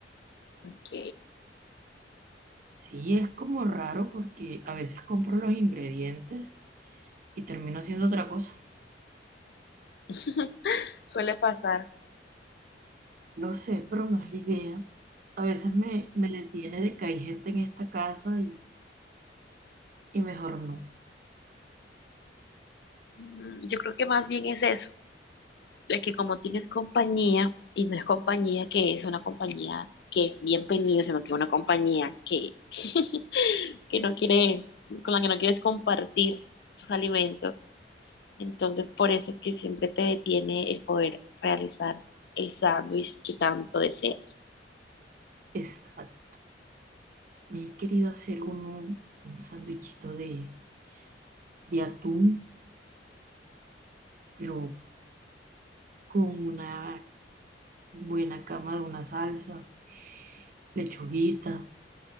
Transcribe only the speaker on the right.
Sí, es como raro porque a veces compro los ingredientes y termino haciendo otra cosa.
Lo sé, pero no es la idea. A veces me, me detiene de que hay gente en esta casa y, y mejor no.
Exacto. Me he querido hacer un, un sándwichito de, de atún, pero con una buena cama de una salsa, lechuguita,